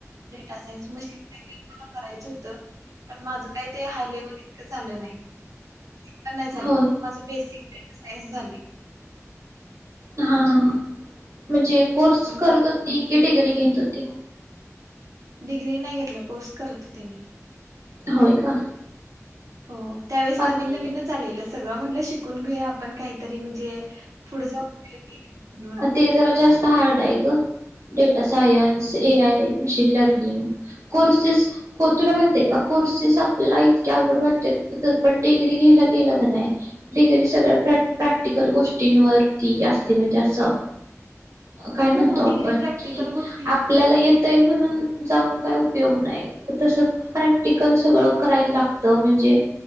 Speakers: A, on the right; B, on the right.
A: डेटा सायन्स मशीन मला करायचं होत पण माझ काय ते हाय लेवल इतकं झालं नाही. पण नाही झालं
B: होय
A: फक्त माझं बेसिक एक्सरज झाली
B: हा हा हा. म्हणजे कोर्स करत
A: बा
B: होती की डिग्री घेत होते
A: डिग्री नाही घेतला कोर्स करत होते मी
B: होय का
A: हो त्यावेळेस
B: बाकी
A: नवीन नवीन चालेल सगळ चला म्हटल शिकून घेऊया आपण काहीतरी म्हणजे पुढे जाऊन उपयोगी येईल म्हणून
B: ते जरा जास्त हार्ड आहे ग data science, A I A. Machine learning, courses, तुला माहिती आहे का? कोर्सेस आपल्याला इतके अवघड वाटतात, पन डिग्री घ्यायला गेल कि नाय, डिग्री सगळं प्रॅक्टिकल.. प्रॅक्टिकल गोष्टींवरती असता ते म्हणजे अस काय म्हणतो
A: हा
B: आपण
A: डिग्री प्रॅक्टिकल
B: कि,
A: गोष्टी
B: आपल्याला येतय म्हणून... जाऊन काय उपयोग नाय. तसं प्रॅक्टिकल सगळ करायला लागत. म्हणजे